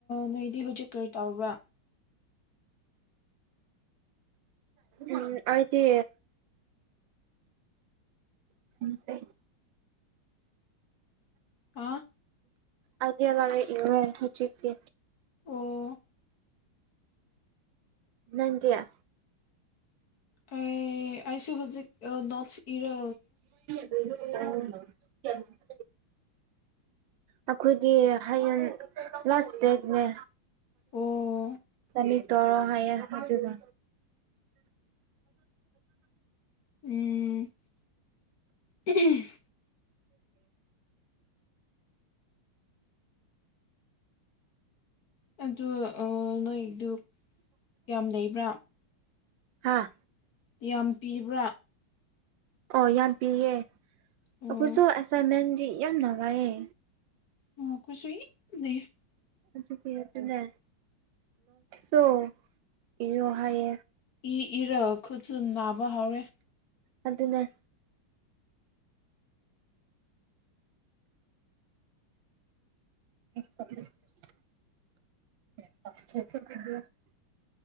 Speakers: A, on the left; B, on the right.
A: ꯅꯣꯏꯗꯤ ꯍꯧꯖꯤꯛ ꯀꯔꯤ ꯇꯧꯕ꯭ꯔꯥ
B: ꯎꯝ ꯑꯩꯗꯤ <unintelligible>
A: ꯑꯥ
B: ꯑꯩꯗꯤ ꯂꯥꯢꯔꯤꯛ ꯏꯔꯦ ꯍꯖꯤꯛꯇꯤ
A: ꯑꯣ
B: ꯅꯪ ꯀꯌꯥ
A: ꯑ ꯑꯩꯁꯨ ꯍꯧꯖꯤꯛ ꯅꯣꯔꯠꯁ ꯏꯔ
B: <unintelligible> <inaudible> ꯑꯩꯈꯣꯏꯗꯤ ꯍꯌꯦꯡ ꯄ꯭ꯂꯥꯁ ꯕꯦꯒꯅꯦ
A: ꯑꯣ
B: ꯆꯃꯤ ꯇꯔ ꯍꯥꯏ ꯍꯥꯏꯗꯨꯒ
A: ꯎꯝ <inaudible> <unintelligible>
B: <unintelligible> <inaudible>
A: ꯑꯗꯨ ꯅꯣꯏꯗꯨ ꯀꯌꯥꯝ ꯂꯩꯕ꯭ꯔꯥ
B: ꯍꯥꯥ
A: ꯌꯥꯝ ꯄꯤꯕ꯭ꯔꯥ
B: ꯑꯣ ꯌꯥꯝ ꯄꯤꯌꯦ
A: ꯑꯣ
B: ꯑꯩꯈꯣꯏꯁꯨ ꯑꯦꯁꯥꯏꯟꯃꯦꯟꯗꯤ ꯌꯥꯝ ꯅꯨꯡꯉꯥꯏꯌꯦ
A: ꯑꯣ ꯀꯁꯨ ꯂꯩ <inaudible>
B: ꯑꯗꯨ ꯀ ꯑꯗꯨꯅꯦ ꯅꯣ ꯏꯔꯣ ꯍꯥꯏ
A: ꯏ ꯏꯔꯒ ꯈꯨꯠꯁꯨ ꯅꯥꯕ ꯍꯧꯔꯦ
B: ꯑꯗꯨꯅꯦ ꯦꯗ <inaudible> <unintelligible>